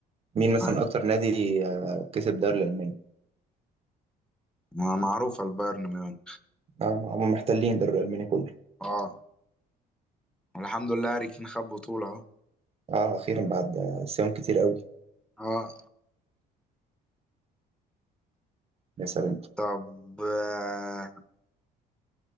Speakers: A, on the right; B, in the centre.
A: مين مثلا
B: عادي
A: اكتر نادي آه كسب الدوري الالماني
B: ما- معروفه البايرن ميونخ
A: آه هم محتلين الدوري الالماني كله
B: اه والحمد لله هاري كين خد بطوله اهو
A: اه اخيرا بعد صيام كتير قوي
B: اه
A: يا سلام
B: طب آه